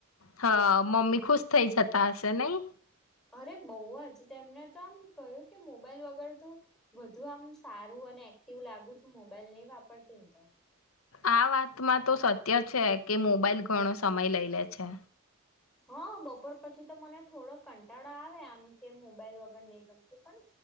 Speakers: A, on the left; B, in the centre.
A: હા મમ્મી ખુશ થઇ જતા હશે નહી
B: અરે બઉજ તેમને તો આમ કહ્યું કે મોબાઈલ વગર તું વધુ આમ સારું અને એક્ટિવ લાગુ છું મોબાઈલ નહી વાપરતી ને તો
A: આ વાતમાં તો સત્ય છે કે મોબાઈલ ઘણો સમય લઈ લ લે છે.
B: હા બપોર પછી તો મને થોડો કંટાળો આવે આમ કે મોબાઈલ વગર નઈ ગમતું પણ